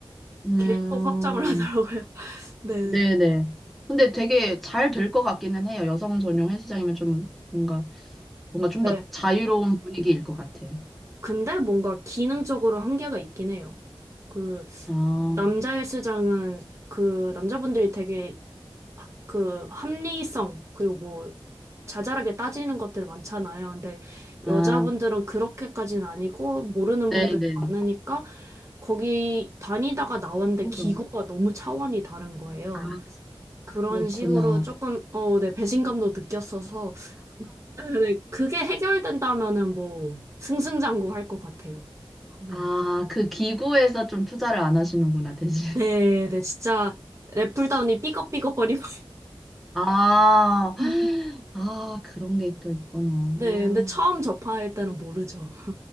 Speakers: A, in the centre; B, on the right (about 30°).
A: 음,
B: 계속 확장을 <laughs> 하더라고요. 네네.
A: 네네. 근데 되게 잘 될 것 같기는 해요. 여성 전용 헬스장이면 좀 뭔가, 뭔가 좀
B: 네.
A: 더
B: 네.
A: 자유로운 분위기일 것 같아요.
B: 근데 뭔가 기능적으로 한계가 있긴 해요. 그,
A: 아,
B: 남자 헬스장은 그 남자분들이 되게 그 합리성 그리고 뭐 자잘하게 따지는 것들 많잖아요. 근데
A: 아,
B: 여자분들은 그렇게까지는 아니고 모르는
A: 네네.
B: 분들이 많으니까 거기 다니다가 나왔는데
A: 뭐가?
B: 기구가 너무 차원이 다른 거예요.
A: 아,
B: 그런
A: 그렇구나.
B: 식으로 조금 어, 네, 배신감도 느꼈어서 <laughs> 네, 그게 해결된다면은 뭐 승승장구 할 것 같아요. 네.
A: 아, 그 기구에서 좀 투자를 안 하시는구나, 대신. <laughs>
B: 네, 네, 진짜 랩풀다운이 삐걱삐걱거리고
A: 아,
B: <laughs>
A: 아, 그런 게 또 있구나.
B: 네,
A: 아,
B: 근데 처음 접할 때는 모르죠.